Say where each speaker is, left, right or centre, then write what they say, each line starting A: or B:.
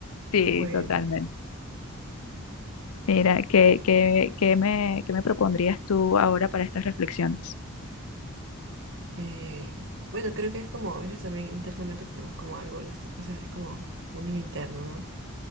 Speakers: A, on the left; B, on the right.
A: Sí,
B: Qué bueno.
A: totalmente. Mira, ¿qué, qué, qué me, qué me propondrías tú ahora para estas reflexiones?
B: Eh, bueno, creo que es como a veces también internamente tenemos como algo lastimoso, o sea, es como un niño interno, ¿no?